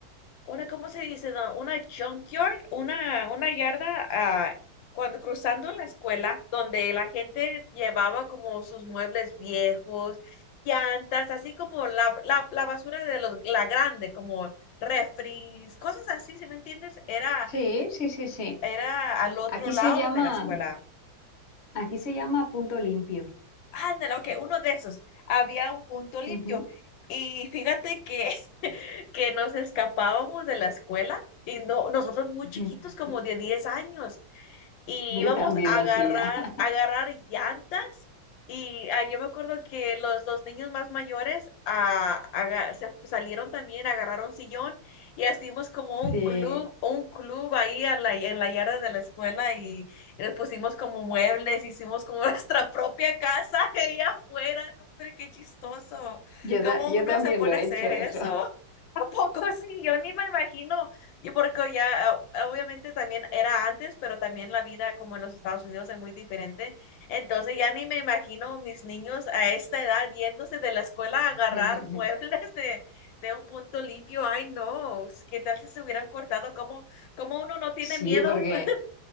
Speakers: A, on the left; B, on the left.
A: una, ¿cómo se dice? don? Una junkyard, una, una yarda, ah, cuando cruzando la escuela, donde la gente llevaba como sus muebles viejos, llantas, así como la, la, la basura de los, la grande, como refris, cosas así, si me entiendes? Era,
B: Sí, sí, sí, sí.
A: era al otro
B: Aquí
A: lado
B: se llama,
A: de la escuela
B: aquí se llama punto limpio.
A: Ándale, ok, uno de esos. Había un punto limpio.
B: Ujú.
A: Y fíjate que, <laughs> que nos escapábamos de la escuela y no, nosotros muy
B: <laughs>
A: chiquitos,
B: Ujú.
A: como de 10 años y
B: Yo
A: íbamos
B: también
A: a
B: lo
A: agarrar,
B: hacía. <laughs>
A: a agarrar llantas. Y ah, yo me acuerdo que los, los niños más mayores ah, aga- se salieron también, agarraron sillón y hicimos como
B: Sí,
A: un club, un club ahí a la- en la yarda de la escuela y le pusimos como muebles, hicimos como <laughs> nuestra propia casa ahí afuera. No, Hombre, qué chistoso.
B: yo,
A: ¿Cómo
B: ta- yo
A: uno
B: también
A: se pone
B: lo he
A: a hacer
B: hecho eso.
A: eso? <laughs> ¿A poco sí? Yo ni me imagino y porque ya eh, obviamente también era antes, pero también la vida como en los Estados Unidos es muy diferente. Entonces ya ni me imagino mis niños a esta edad yéndose de la escuela a
B: <laughs>
A: agarrar <laughs> muebles de, de un punto limpio. Ay, no, ¿qué tal si se hubieran cortado? ¿Cómo, cómo uno no tiene
B: Sí,
A: miedo?
B: porque
A: <laughs>